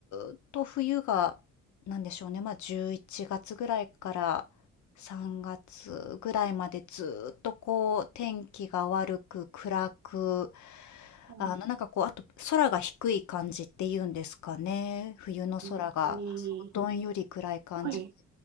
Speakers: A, on the left (about 70°); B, on the right (about 65°).
A: ーっと冬がなんでしょうね、まあ11月ぐらいから3月ぐらいまでずっとこう天気が悪く暗く、
B: はい。
A: あのなんかこう、あと空が低い感じっていうんですかね。冬の空がそうどんより暗い感じで。
B: えー、はい。